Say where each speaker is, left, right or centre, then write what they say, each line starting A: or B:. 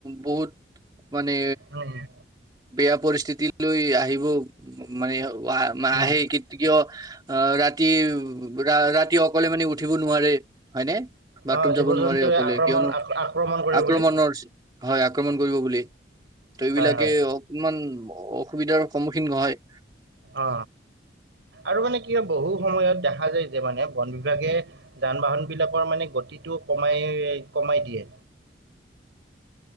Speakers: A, on the right (about 20°); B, on the right (about 75°).
A: বহুত মানে
B: উম উম
A: বেয়া পৰিস্থিতি লৈ আহিব মানে ৱাহ
B: উম।
A: আহে কিয় অ ৰাতি ৰা ৰাতি অকলে মানে উঠিব নোৱাৰে হয়নে বাথৰুম
B: অ জীৱ
A: যাব নোৱাৰে
B: জন্তুৱে
A: অকলে
B: আক্ৰমণ
A: কিয়নো
B: আক- আক্ৰমণ কৰে
A: আক্ৰমণৰ
B: বুলি
A: হয় আক্ৰমণ কৰিব বুলি ত এইবিলাকে
B: হয় হয়
A: অকমান অসুবিধাৰ সন্মুখীন নহয়
B: অ আৰু মানে ক বহু সময়ত দেখা যায় যে মানে বন বিভাগে যান বাহন বিলাকৰ মানে প্ৰতিটো কমাই কমাই দিয়ে